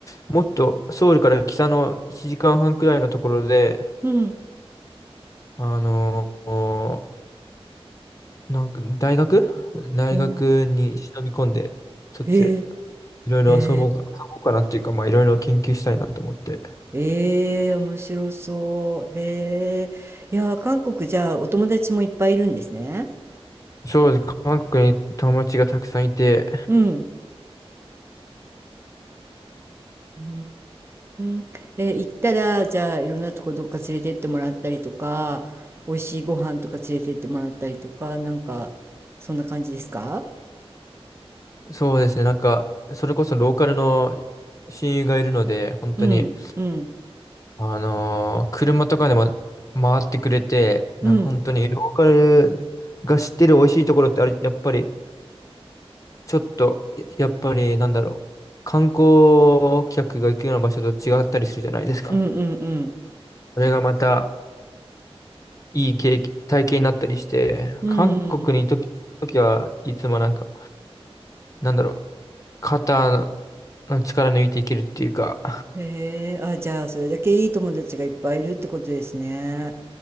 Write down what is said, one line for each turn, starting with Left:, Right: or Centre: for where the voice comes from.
Left: もっとソウルから北の1時間半くらいのところで、
Right: うん。
Left: あのーなんか大学大学に忍び込んで、
Right: おー、
Left: そっちで
Right: へえ、
Left: いろいろ遊ぼうか、
Right: へえ。
Left: 遊ぼうかなっていうか、まあいろいろ研究したいなと思って。
Right: ええ面白そう。へえ。いやー、韓国じゃあお友達もいっぱいいるんですね。
Left: そうです。韓国に友達がたくさんいて、
Right: うん。うーん。え行ったら、じゃあいろんなとこどっか連れてってもらったりとか、美味しいご飯とか連れてってもらったりとか、なんか、そんな感じですか
Left: そうですね、なんか、それこそローカルの親友がいるので、本当に、
Right: うん、うん、
Left: あのー車とかでも回ってくれて、なんか本当にローカルが知ってる美味しいところってあれ、
Right: うん、
Left: やっぱり、ちょっと、やっぱりなんだろう、観光客が行くような場所と違ったりするじゃないですか。
Right: うん、うん、
Left: それがまたいい経験、体験になったりして、
Right: うん、
Left: 韓国に行くとききはいつもなんか、
Right: うん。
Left: なんだろう、肩のの力抜いていけるっていうか、
Right: へえ、あ、じゃあ、それだけいい友達がいっぱいいるってことですね。